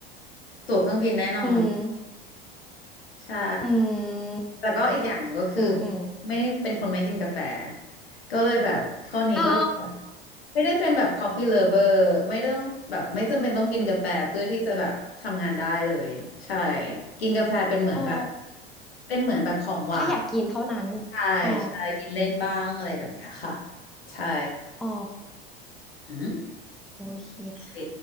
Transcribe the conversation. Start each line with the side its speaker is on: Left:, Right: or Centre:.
Left: ตั๋วเครื่องบินแน่นอน
Centre: อืม
Left: ใช่
Centre: อืม
Left: แล้วก็อีกอย่างหนึ่งก็คือ
Centre: อืมอืม
Left: ไม่เป็นคนไม่กินกาแฟก็เลยแบบข้อนี้ก็เลยแบบ
Centre: อ๋อ
Left: ไม่ได้เป็นแบบ coffee lover ไม่ต้องแบบไม่จำเป็นต้องกินกาแฟเพื่อที่จะแบบทำงานได้เลยใช่กินกาแฟเป็นเหมือนแบบ
Centre: อ๋อ
Left: เป็นเหมือนแบบของหวาน
Centre: ถ้าอยากกินเท่านั้น
Left: ใช่ใช่กินเล่นบ้างอะไรแบบเนี้ยค่ะ
Centre: อ๋อ
Left: ใช่
Centre: อ๋อ
Left: หืม
Centre: โอเค
Left: โอเค